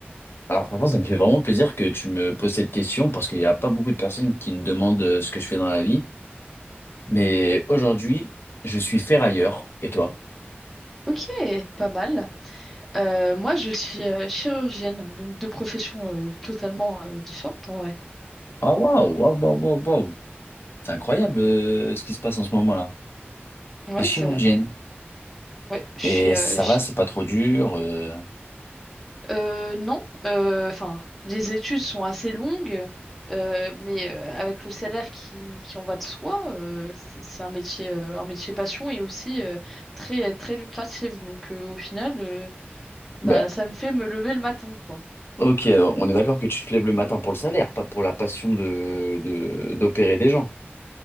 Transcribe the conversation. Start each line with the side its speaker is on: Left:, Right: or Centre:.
Left: Alors franchement, ça me fait vraiment plaisir que tu me poses cette question parce qu'il n'y a pas beaucoup de personnes qui me demandent euh, ce que je fais dans la vie. Mais aujourd'hui, je suis ferrailleur. Et toi?
Centre: Ok, pas mal. Euh, moi, je suis euh, chirurgienne, donc deux professions euh, totalement euh, différentes en vrai.
Left: Ah waouh, waouh, waouh, waouh, waouh. C'est incroyable euh, ce qui se passe en ce moment-là.
Centre: Ouais,
Left: T'es chirurgienne.
Centre: c'est vrai. Ouais, je
Left: Et
Centre: suis, euh,
Left: ça va, c'est pas trop dur. euh.
Centre: Euh, non, euh, enfin, les études sont assez longues, euh, mais euh, avec le salaire qui, qui en va de soi, euh, c'est c'est un métier, euh, un métier passion et aussi euh, très, très lucratif. Donc euh, au final, euh, bah,
Left: Bah,
Centre: ça me fait me lever le matin, quoi.
Left: ok, alors, on est d'accord que tu te lèves le matin pour le salaire, pas pour la passion de, de- d'opérer des gens.